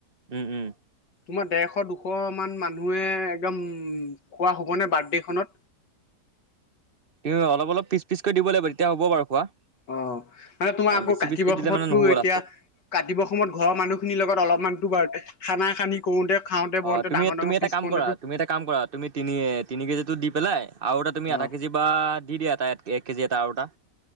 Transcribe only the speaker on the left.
তোমাৰ ডেৰশ দুশ মান মানুহে একদম উ খোৱা হ'বনেে বাৰ্থডে খত
অ মানে তোমাৰ
আকৌ
কাটিব
বৰ
সময়ততো
এতিয়া
কাটিবৰ সময়ত ঘৰৰ মানুহখিনিৰ লগত অলপমানতো বাৰোতে সানা সানি কৰোতে খাওঁতে
বওঁতে
ডাঙৰ ডাঙৰ
পিচ
কৰোতেতো
অ'